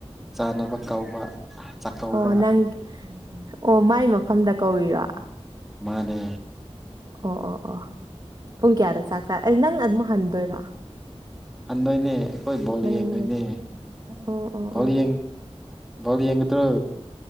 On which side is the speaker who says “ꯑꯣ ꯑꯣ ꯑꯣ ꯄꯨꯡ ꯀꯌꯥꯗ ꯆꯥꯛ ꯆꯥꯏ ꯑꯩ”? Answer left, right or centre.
Right